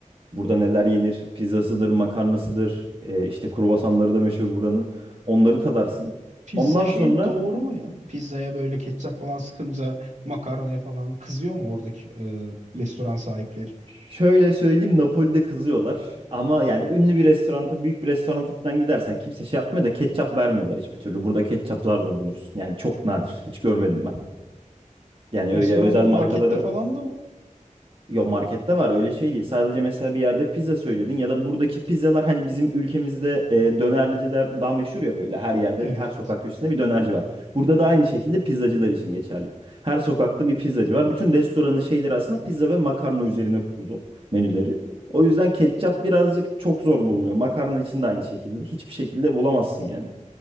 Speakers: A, on the right; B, on the right.
A: burada neler yenir? Pizzasıdır, makarnasıdır. e, işte kruvasanları da meşhur buranın. Onları tadarsın.
B: Pizza
A: Ondan
B: şeyi
A: sonra
B: doğru mu ya? Pizzaya böyle ketçap falan sıkınca makarnaya falan kızıyor mu oradaki e,
A: Y-
B: restoran sahipleri?
A: Şöyle söyleyeyim Napoli'de kızıyorlar ama yani ünlü bir restoranta büyük bir restoranta falan gidersen kimse şey yapmıyor da ketçap vermiyorlar hiçbir türlü. Burada ketçaplar zor bulursun yani çok nadir hiç görmedim ben. Yani
B: Restoranda,
A: öyle özel
B: markette
A: markaları
B: falan da mı?
A: Yo markette var öyle şey değil. Sadece mesela bir yerde pizza söyledin ya da buradaki pizzalar hani bizim ülkemizde e, dönerciler daha meşhur ya böyle her yerde
B: Evet.
A: her sokak köşesinde bir dönerci var. Burada da aynı şekilde pizzacılar için geçerli. Her sokakta bir pizzacı var. Bütün restoranın şeyleri aslında pizza ve makarna üzerine kurulu menüleri. O yüzden ketçap birazcık çok zor bulunuyor. Makarna için de aynı şekilde. Hiçbir şekilde bulamazsın yani.